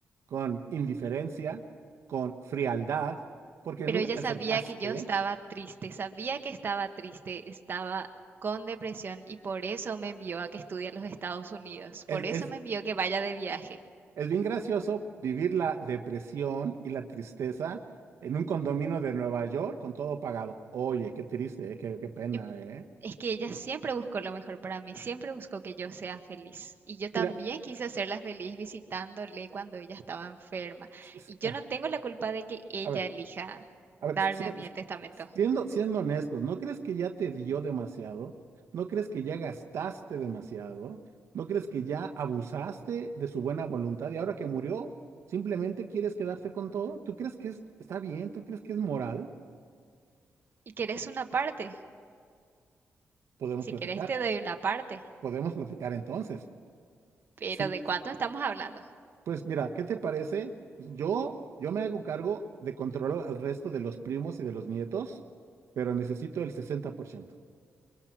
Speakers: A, on the right (about 70°); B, on the right (about 45°).
A: Con indiferencia, con frialdad, porque
B: Pero
A: nunca
B: ella
A: te
B: sabía
A: acercaste.
B: que yo estaba triste, sabía que estaba triste, estaba con depresión y por eso me envió a que estudie en los Estados Unidos,
A: Es,
B: por eso
A: es,
B: me envió que vaya de viaje.
A: es bien gracioso vivir la depresión y la tristeza en un condominio de Nueva York con todo pagado. Oye, qué triste, eh, Qué, qué pena,
B: Y
A: ¿eh?
B: Es que ella siempre buscó lo mejor para mí, siempre buscó que yo sea feliz. Y yo también
A: Mira,
B: quise hacerla feliz visitándole cuando ella estaba enferma.
A: s- s-
B: Y yo
A: ah,
B: no tengo la culpa de que ella
A: a ver.
B: elija
A: A
B: darme
A: ver, si-
B: a mí el testamento.
A: siendo, siendo honestos, ¿no crees que ya te dio demasiado? ¿No crees que ya gastaste demasiado? ¿No crees que ya abusaste de su buena voluntad y ahora que murió, simplemente quieres quedarte con todo? ¿Tú crees que es- está bien? ¿Tú crees que es moral?
B: ¿Y querés una parte?
A: Podemos
B: Si
A: platicar,
B: querés te doy una parte.
A: podemos platicar entonces.
B: Pero
A: Sí,
B: ¿de cuánto estamos hablando?
A: pues mira, ¿qué te parece? Yo, yo me hago cargo de controlar al resto de los primos y de los nietos, pero necesito el 60%.